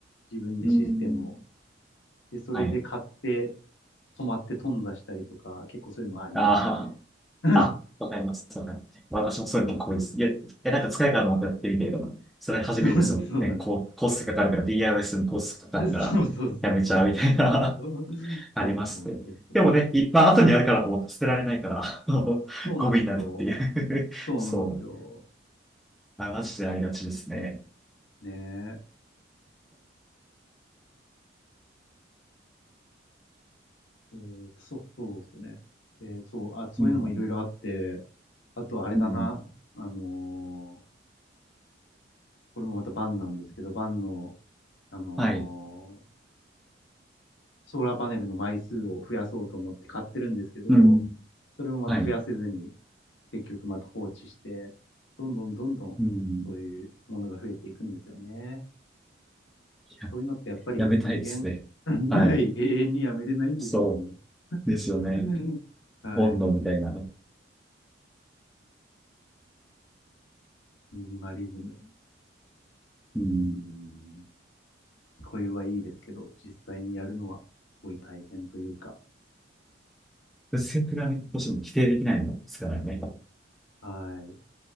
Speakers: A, on the left (about 80°); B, in the centre.
A: 自分でシステムを。
B: うん。
A: で、それで買って、
B: はい。
A: 止まって頓挫したりとか、結構そういうのはありますね。
B: あ
A: <laughs> そ
B: あ。あ、わかります。わかります。私もそういうの結構多いです。
A: うなんです。
B: いや、いや、なんか使えるかと思ってやってみて、でも、それ始めるのすごいね、
A: <laughs> そうなんです。そうなんです
B: こう、コーストかかるから、DIY のコーストかかるから、
A: <laughs> そうそうそうそうそうそうそう。
B: やめちゃうみたいな <laughs> ありますね。
A: そうそうそうそう。
B: でもね、いっぱい後にやるからと思って捨てられないから、<laughs> あのゴミになるっていう
A: そうなんですよ。そうなんですよ。
B: <laughs> そう。あ、マジでありがちですね。
A: ねえ。えーと、そう、そうですよね。えーそう、あ、そういうのもいろいろあって、
B: うん、
A: あとあれだな。
B: うん、
A: あのーこれもまたバンなんですけど、バンの、あのー
B: はい。
A: ソーラーパネルの枚数を増やそうと思って買ってるんですけど、
B: うん、
A: それもまた増やせずに、
B: はい。
A: 結局また放置して、どんどんどんどん、
B: うん、
A: そういうものが増えていくんですよね。
B: や、
A: こういうのってやっぱり人間、
B: やめたいですね。
A: <laughs>
B: はい。
A: ない、永遠にやめれないんでしょうね。
B: そうですよね。
A: <laughs> はい。
B: ボンドみたいなね。
A: ミニマリズム。
B: うん
A: うーん。聞こえはいいですけど、実際にやるのはすごい大変というか。
B: 薄くなることも否定できないのですからね。う
A: はい。